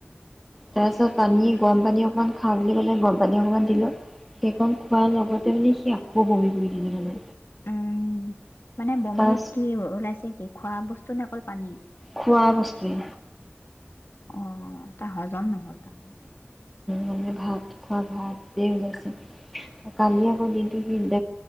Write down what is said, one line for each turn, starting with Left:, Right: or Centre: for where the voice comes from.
Centre: তাৰপিছত পানী গৰম পানী অক অকমান খাওঁ বুলি ক'লে গৰমপানী অকণমান দিলোঁ সেইকণ খোৱাৰ লগতে মানে সি আকৌ বমি কৰি দিলে মানে।
Left: উম মানে বমিত
Centre: তাৰ
Left: কি ওলাইছে কি? খোৱা বস্ টো নে অকল পানী
Centre: খোৱা বস্তু
Left: অ তাৰ হজম নহ'ল তাৰমানে
Centre: মানে ভাত খোৱা ভাতেই ওলাইছে কালি আকৌ দিনটো সি <unintelligible> <unintelligible>